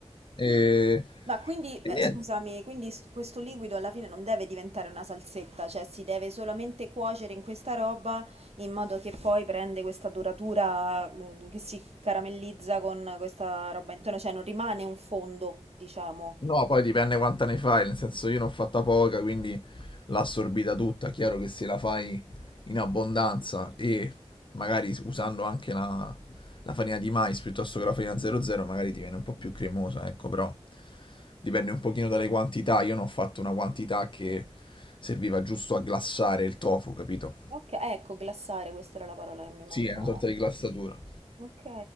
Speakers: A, on the left (about 50°); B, on the right (about 70°).
A: E,
B: Ma quindi, beh,
A: e niente.
B: scusami, quindi s- questo liquido alla fine non deve diventare una salsetta, cioè si deve solamente cuocere in questa roba in modo che poi prende questa duratura, mm, che si caramellizza con questa roba intorno, cioè non rimane un fondo, diciamo.
A: No, poi dipende quanta ne fai, nel senso io ne ho fatta poca, quindi l'ho assorbita tutta. Chiaro che se la fai in abbondanza e magari usando anche la, la farina di mais piuttosto che la farina 00, magari ti viene un po' più cremosa, ecco, però dipende un pochino dalle quantità. Io ne ho fatto una quantità che serviva giusto a glassare il tofu, capito?
B: Ok, ecco, glassare, questa era la parola che mi mancava.
A: Sì, è una sorta di glassatura.
B: Ok.